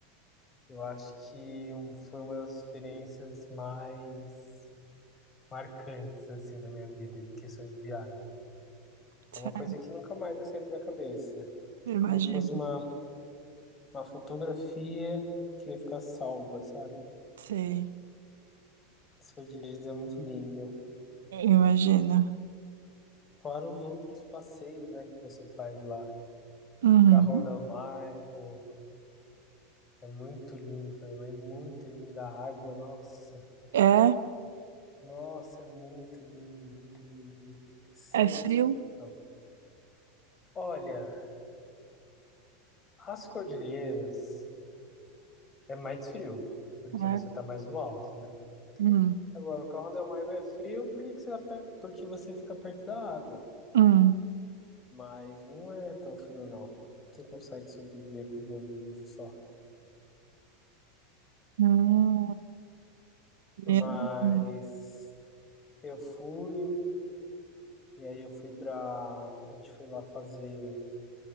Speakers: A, on the left; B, on the right.
A: Eu acho que um, foi uma das experiências mais marcantes assim na minha vida de questão de viagem.
B: sério,
A: É uma coisa que nunca mais vai sair da minha cabeça. É
B: imagino.
A: como se fosse uma, uma fotografia que vai ficar salva, sabe?
B: Sei,
A: As cordilheiras é muito linda.
B: imagino.
A: Fora os outros passeios, né, que você faz lá.
B: Uhum.
A: Carrão del Mar, pô, é muito lindo também, mas é muito linda a água, nossa.
B: É,
A: Nossa, é muito lindo, muito lindo, muito lindo. Sem
B: é frio?
A: explicação. Olha, as cordilheiras é mais frio, porque
B: É.
A: você tá mais no alto, né?
B: Hum.
A: Agora, o carro Del Maivo é frio porque, que você, tá porque você fica perto da água.
B: Hum.
A: Mas não é tão frio, não. Você consegue sobreviver com duas blusas só.
B: Hum. Meu
A: Mas
B: Deus.
A: eu fui, e aí eu fui pra. A gente foi lá fazer.